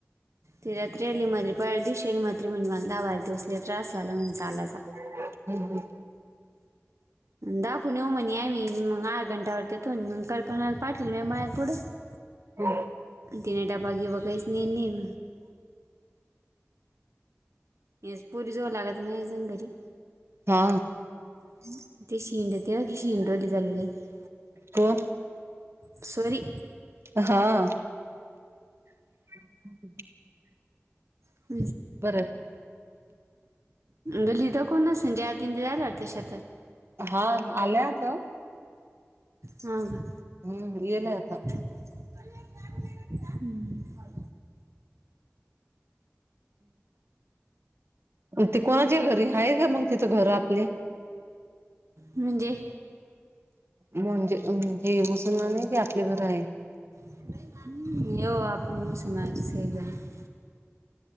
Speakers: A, on the right (about 80°); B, on the right (about 60°).
A: ते रात्री आले म्हातारी परवादिवशी, आणि म्हातारी म्हणली मला धा बारा दिवस लय त्रास झाला म्हणे चालायचा.
B: हम्म हम्म.
A: दाखवून येऊ म्हणी या मी मग आठ घंटावरतीथून मग कल्पनाला पाटील म मत पुढं <inaudible>
B: हम
A: तिन डबा बीबा काहीच नाही नेल, याच पोरी जवळ लागाच ना एकजण घरी.
B: हा
A: <inaudible>
B: कोण?
A: सॉरी
B: हा <inaudible>
A: <inaudible>
B: बरं
A: गल्लीत कोण अस ज त ते जायला लाते शतात <inaudible>
B: हा आल्या आता.
A: हाव का.
B: हम्म येल आता.
A: <inaudible>
B: ते कोणाच्या घरी आहे का मग तिचं घर आपले,
A: म्हणजे.
B: म्हणजे म्हणजे मुसलमान आहे की, आपल्या घर आहे.
A: <inaudible>